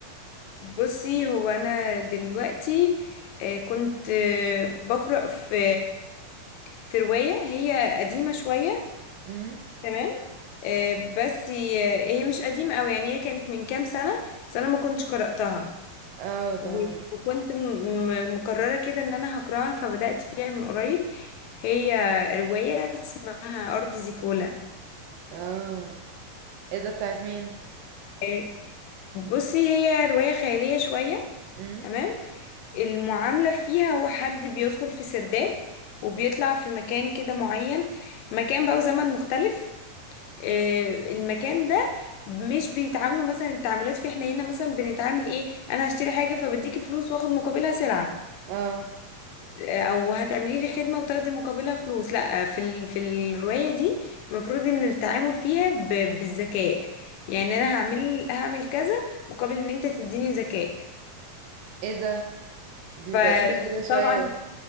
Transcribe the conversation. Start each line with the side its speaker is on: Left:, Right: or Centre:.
Left: بصي هو انا دلوقتي آه، كنت آه، بقرا في في روايه هي قديمه شويه
Right: امم
Left: تمام آه، بس هي هي مش قديمة أوي يعني هي كانت من كام سنة بس أنا ما كنتش قرأتها
Right: اه تمام
Left: و- وكنت م- م- مقررة كده إن أنا هقرأها فبدأت فيها من قريب هي رواية اسمها أرض زيكولا
Right: اه ايه ده بتاعت مين
Left: آه، بصي هي رواية خيالية شوية
Right: امم
Left: تمام المعاملة فيها هو حد بيدخل في سرداب وبيطلع في مكان كده معين مكان بقى وزمن مختلف آه، المكان ده مش بيتعاملوا مثلا التعاملات في احنا هنا مثلا بنتعامل ايه انا هشتري حاجة فبديكي فلوس واخد مقابلها سلعة
Right: اه
Left: آه، او هتعملي لي خدمة وتاخدي مقابلها فلوس لا آه، في ال... في الرواية دي المفروض ان التعامل فيها ب... بالذكاء يعني انا هعمل هعمل كذا مقابل ان انت تديني ذكاء
Right: ايه ده دي
Left: فطبعا
Right: غريبة كده شوية